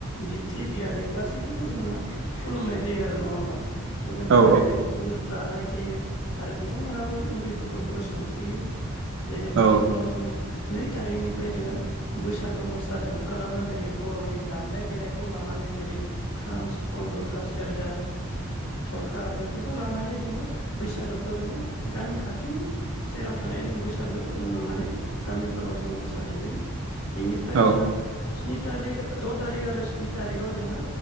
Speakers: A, on the left; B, on the right.
A: बिबथि बियादै गासैखौबो जोङो खुलुमनाय जायो आरो नङा होमबा? जोङो बेखालि
B: औ
A: जोङो बोर लानाय जायो आरो बिथांमोनाबो उन्दैफोरखौ बोर सानस्रियो। जेन
B: औ
A: बिनि उनाव नै थारिखनिफ्राय जोङो। बैसागो मोसानो ओंखारलांङा जेरै बर'नि दामनाय देनायखौ लानानै जेरै खाम, सिफुं, जथा, सेरजा थरखा बेफोरखौ लानानै जोङो बैसागोखौ जोङो गामि खाथिनि सेराव थानाय जों बैसागो माने गामिफोराव जोंङो मोसाहैयो। बेनिफ्राय
B: औ
A: जोङो स्नि तारि द' थारिख आरो स्नि तारिकाव जोङो